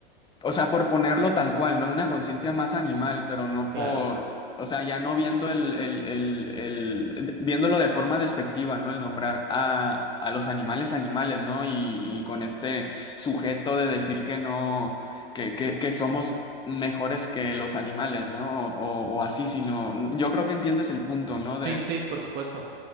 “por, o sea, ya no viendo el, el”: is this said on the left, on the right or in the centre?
Left